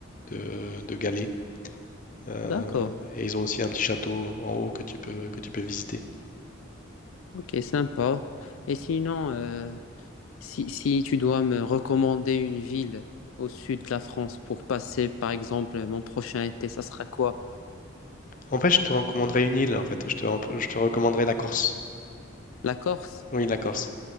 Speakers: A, on the left; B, on the left.
A: de, de galets. Euh,
B: D'accord.
A: et ils ont aussi un petit château en haut que tu peux que tu peux visiter.
B: Ok, sympa. Et sinon, euh, si, si tu dois me recommander une ville au sud de la France pour passer, par exemple, mon prochain été, ça sera quoi?
A: En fait, je te recommanderais une île, en fait. Je te, rep- je te recommanderais la Corse.
B: La Corse?
A: Oui, la Corse.